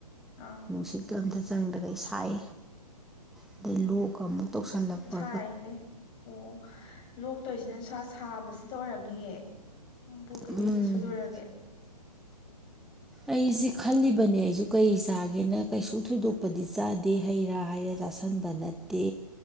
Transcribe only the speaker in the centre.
ꯅꯨꯡꯁꯤꯠꯀ ꯑꯝꯇ ꯆꯪꯗꯈꯩ ꯁꯥꯏ ꯑꯗꯩ ꯂꯣꯛꯀ ꯑꯃꯨꯛ ꯇꯧꯁꯜꯂꯛꯄ
ꯎꯝ
ꯑꯩꯁꯦ ꯈꯜꯂꯤꯕꯅꯦ ꯑꯩꯖꯨ ꯀꯩ ꯆꯥꯒꯦꯅ ꯀꯩꯁꯨ ꯊꯣꯏꯗꯣꯛꯄꯗꯤ ꯆꯥꯗꯦ ꯍꯩꯔꯥ ꯍꯥꯏꯔꯦ ꯆꯥꯁꯤ ꯁꯤꯟꯕ ꯅꯠꯇꯦ